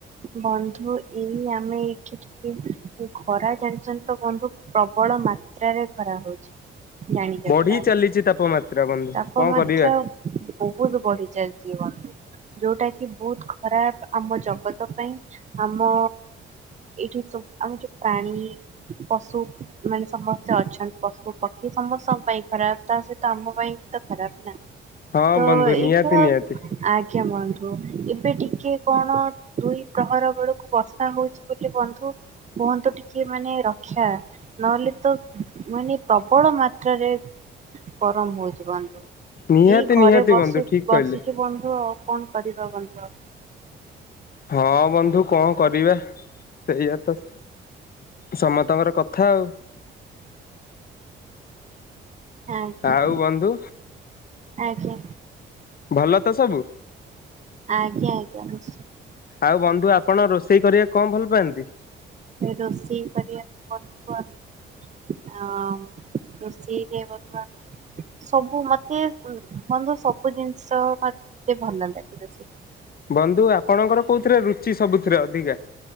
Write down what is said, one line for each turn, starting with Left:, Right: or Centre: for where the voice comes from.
Right: ବନ୍ଧୁ ଏଇ ଆମେ ଏଇଠି ଖରା ଜାଣିଛନ୍ତି ତ ବନ୍ଧୁ ପ୍ରବଳ ମାତ୍ରାରେ ଖରା ହଉଛି। ଜାଣିଛନ୍ତି
Left: ବଢ଼ି
Right: ତ ଆପଣ
Left: ଚାଲିଛି ତାପମାତ୍ରା ବନ୍ଧୁ,
Right: ତାପମାତ୍ରା
Left: କଣ କରିବା?
Right: ବହୁତ ବଢ଼ି ଚାଲଛିି ବନ୍ଧୁ। ଯୋଉଟା କି ବହୁତ ଖରାପ ଆମ ଜଗତ ପାଇଁ। ଆମ ଏଇଠି ସବୁ ଆମେ ଯୋଉ ପାଣି ପଶୁ ମାନେ ସମସ୍ତେ ଅଛନ୍ତି ପଶୁ, ପକ୍ଷୀ ସମସ୍ତଙ୍କ ପାଇଁ ଖରାପ ତା ସହିତ ଆମ ପାଇଁ ଖରାପ ନା।
Left: ହଁ
Right: ତ
Left: ବନ୍ଧୁ ନିହାତି ନିହାତି
Right: <unintelligible> ଆଜ୍ଞା ବନ୍ଧୁ, ଏବେ ଟିକେ କଣ ଦୁଇ ପ୍ରହର ବେଳକୁ ବର୍ଷା ହଉଛି ବୋଲି ବନ୍ଧୁ କୁହନ୍ତୁ ଟିକେ ମାନେ ରକ୍ଷା। ନହେଲେ ତ ମାନେ ପ୍ରବଳ ମାତ୍ରାରେ ଗରମ ହ ବନ୍ଧୁ
Left: ନିହାତି
Right: ଏଇ ଘରେ
Left: ନିହାତି
Right: ବସ
Left: ବନ୍ଧୁ ଠିକ
Right: ବସିଛୁ
Left: କହିଲେ
Right: ବନ୍ଧୁ ଆଉ କଣ କରିବା ବନ୍ଧୁ ଆଉ।
Left: ହଁ ବନ୍ଧୁ କଣ କରିବା ସେଇଆ ତ ସମସ୍ତଙ୍କର କଥା ଆଉ।
Right: ଆଜ୍ଞା
Left: ଆଉ ବନ୍ଧୁ
Right: ଆଜ୍ଞା
Left: ଭଲ ତ ସବୁ?
Right: ଆଜ୍ଞା ଆଜ୍ଞା ନିଶ୍ଚୟ।
Left: ଆଉ ବନ୍ଧୁ ଆପଣ ରୋଷେଇ କରିବାକୁ କଣ ଭଲ ପାଆନ୍ତି?
Right: ରୋଷେଇ କରିବାକୁ ବନ୍ଧୁ ଆମେ ଅଁ ରୋଷେଇ ରେ ବନ୍ଧୁ ଆମେ ସବୁ ମତେ ବନ୍ଧୁ ସବୁ ଜିନିଷ ମତେ ଭଲ ଲାଗେ।
Left: ବନ୍ଧୁ ଆପଣଙ୍କର କୋଉଥିରେ ରୁଚି ସବୁଥିରେ ଅଧିକା?